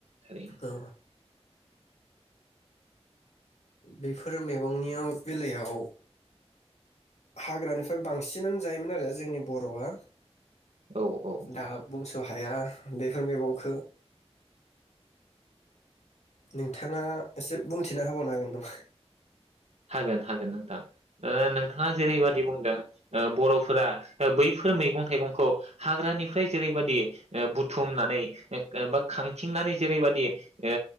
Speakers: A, on the right; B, on the left.
A: थारैनो
B: औ बेफोर मैगंनियाव बेलायाव हाग्रानिफ्राय बांसिनानो जायोमोन आरो जोंनि बरआ।
A: औ औ
B: दा बुंस हाया बेफोर मैगंखो। नोंथाङा एसे बुंथिना होबावनो हागोन नामा?
A: हागोन हागोन नोंथां ओ नोंथाङा जेरैबादि बुंदों ओ बरफोरा बैफोर मैगं थाइगंखौ हाग्रानिफ्राय जेरैबादि ओ बुथुमनानै ओ ओबा खांथिंनानै जेरैबदि ओ